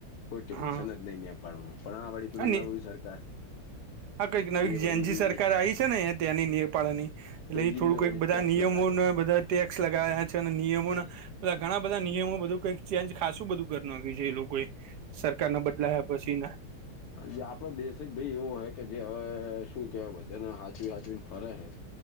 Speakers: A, on the left; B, on the right.
A: કોઈ ટેન્શન
B: હા
A: જ નહી આપ. પડ પણ આ વડીપી
B: અને
A: ન સર.
B: આ કંઈક નવી જનજી
A: વળી
B: સરકાર આવી છે ને ત્યાંની નેપાળની. એટલે
A: તે
B: એ
A: એમને
B: થોડું કઈક
A: વળી
B: બધા
A: ટેક્સ
B: નિયમો
A: લગાડ્યો
B: બધા ટેક્સ લગાવ્યા છે અને નિયમોના. બા ઘણા બધા નિયમો બધું કઈક ચેન્જ ખાસું બધું કરખ્યું છે એ લોકોએ સરકાર નાો બદલાયા પછી ના.
A: જે આપડો દેશ જ ભાઈ એવો હ કે જે હવે શું કેવાય વજન હાચવી હાચને ફરે હે.